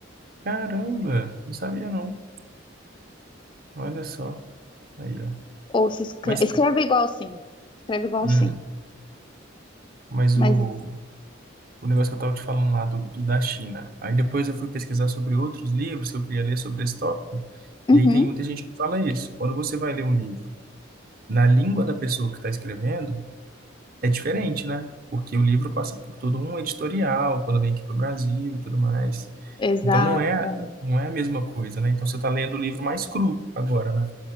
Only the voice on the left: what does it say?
Ou se escreve,
escreve igual, sim. Escreve igual,
sim.
Mas,
uhum,
exato.